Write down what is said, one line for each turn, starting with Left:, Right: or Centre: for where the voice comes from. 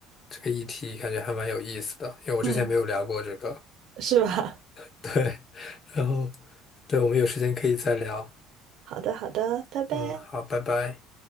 Left: 这个议题，感觉还蛮有意思的，因为我之前没有聊过这个。
Right: 嗯，是吧？
Left: <laughs> 对，然后对，我们有时间可以再聊。
Right: <laughs> 好的，好的，拜拜。
Left: 嗯，好，拜拜。